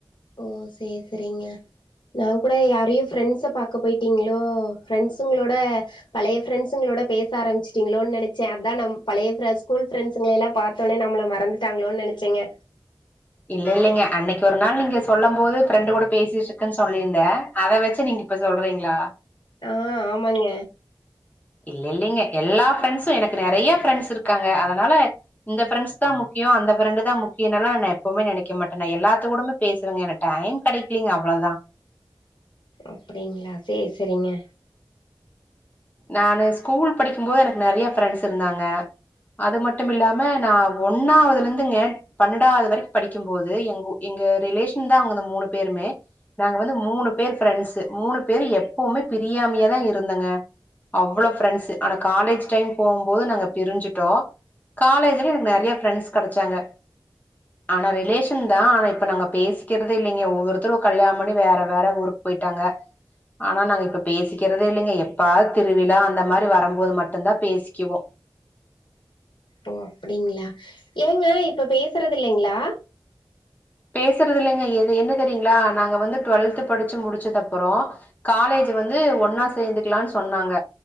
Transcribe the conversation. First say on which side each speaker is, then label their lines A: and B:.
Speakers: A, on the left (about 65°); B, on the left (about 20°).
A: ஓ சேர் சேரிங்க நாங் கூட யாரையு ஃப்ரெண்ட்ஸ பாக்க போய்ட்டீங்களோ ஃப்ரெண்ட்ஸுங்களோட பழைய பிரெண்ட்ஸுங்களோட பேச ஆரம்மிச்சிட்டீங்களோன் நெனச்சே அதா நம் பழைய ஃபிரெ ஸ்கூல் ஃபிரெண்ட்ஸுங்கள எல்லா பாத் தோனே நம்மள மறந்துட்டாங்களோன் நெனச்சேங்க
B: இல்ல இல்லைங்க அன்னைக்கு ஒரு நாள் நீங்க சொல்லம் போது ஃப்ரெண்டு்க் கூட பேசிட்ருக்கன் சொல்லிருந்தே அத வெச்சு நீங்க இப்ப சொல்றீங்ளா
A: ஆ ஆமங்க
B: இல்ல இல்லைங்க எல்லா ஃப்ரெண்ட்ஸு எனக்கு நெறைய ஃப்ரெண்ட்ஸ் இருக்காங்க அதனால இந்த ப்ரெண்ட்ஸ் தா முக்கியோ அந்த ஃப்ரெண்டு தா முக்கியனெல்லா நா எப்பவுமே நெனைக்க மாட்டே நா எல்லாத்து கூடமே பேசுவேங்க எனக் டைம் கெடைக்கலைங்க அவ்ளோதா
A: அப்டிங்ளா சேரி சேரிங்க
B: நானு ஸ்கூல் படிக்கும் போது எனக்கு நெறைய ஃப்ரெண்ட்ஸ் இருந்தாங்க அது மட்டுமில்லாம நா ஒன்னாவ்துல இருந்துங்க பன்னெண்டாவ்து வரைக்கு படிக்கும்போது எங்கூ எங்க ரிலேஷன் தா அவங்க அந்த மூணு பேருமே நாங்க வந்து மூணு பேரு ஃப்ரெண்ட்ஸு மூணு பேரு எப்பவுமே பிரியாமையே தா இருந்தங்க அவ்வளோ ஃப்ரெண்ட்ஸு ஆனா காலேஜ் டைம் போகும்போது நாங்க பிரிஞ்சுட்டோ காலேஜ்லியு எனக்கு நெற்ய ஃப்ரெண்ட்ஸ் கடச்சாங்க ஆனா ரிலேஷன் தா ஆனா இப்ப நாங்க பேசிக்கற்தே இல்லிங்க ஒவ்வொருத்தரு கல்யாம் பண்ணி வேற வேற ஊருக் போய்ட்டாங்க ஆனா நாங்க இப்ப பேசிக்கற்தே இல்லிங்க எப்பா திருவிழா அந்த மாரி வரம்போது மட்டுந்தா பேசிக்கிவோ
A: ஒ அப்புடிங்ளா ஏங்க இப்ப பேஸ்றது இல்லைங்ளா
B: பேசுறது இல்லைங்க எது என்ன தெரியுங்ளா நாங்க வந்து ட்வல்த் படிச்ச முடிச்சது அப்புறோ காலேஜ் வந்து ஒன்னா சேந்துக்கலான் சொன்னாங்க